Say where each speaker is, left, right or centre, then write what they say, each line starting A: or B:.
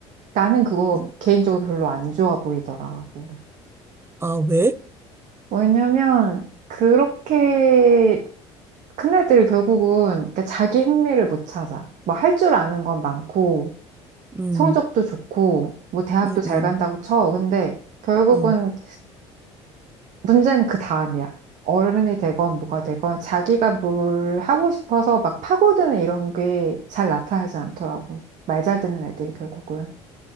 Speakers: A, on the right; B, on the right.
A: 나는 그거
B: 음,
A: 개인적으로 별로 안 좋아 보이더라고.
B: 아, 왜?
A: 왜냐면 그렇게 큰애들 결국은 이렇게 자기 흥미를 못 찾아. 뭐 할 줄 아는 건 많고,
B: 음,
A: 성적도 좋고, 뭐 대학도
B: 음,
A: 잘
B: 음,
A: 간다고 쳐. 근데 결국은
B: 음.
A: 문제는 그 다음이야. 어른이 되건 뭐가 되건 자기가 뭘 하고 싶어서 막 파고드는 이런 게 잘 나타나지 않더라고. 말 잘 듣는 애들이 결국은.